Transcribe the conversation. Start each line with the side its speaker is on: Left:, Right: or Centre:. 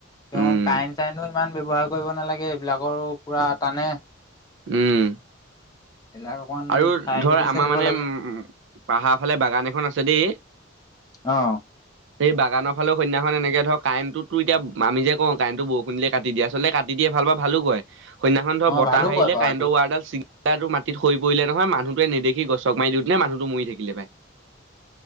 Left: তেওঁ
Right: উম
Left: কাৰেণ্ট চাৰেন্তবোৰ ইমান ব্যৱহাৰ কৰিব নালাগে, এইবিলাকৰো পুৰা টানে।
Right: উম,
Left: এইবিলাক অকমান
Right: আৰু
Left: চাই
Right: ধৰ
Left: চিতি
Right: আমাৰ
Left: চলিব
Right: মানে
Left: লাগে
Right: উম পাহাৰৰ ফালে বাগান এখন আছে দেই
Left: অ',
Right: সেই বাগানৰ ফালে সেইদিনাখন এনেকে ধৰ, কাৰেণ্টটো তোৰ এতিয়া, আমি যে কওঁ কাৰেণ্টটো বৰষুণ দিলে কাটি দিয়ে, আচলতে কাট তি দিয়ে ভাল পা ভালো কৰে, সেইদিনাখন ধৰ
Left: অ
Right: বতাহ
Left: ভালো
Right: আহিলে
Left: কয় বাৰু এইটো
Right: তাৰডাল চিগাটো মাটিত সৰি পৰিলে নহয়, মানুহটোৱে নেদেখি গছক মাৰি দিওঁতে মানুহটো মৰি থাকিলে পাই।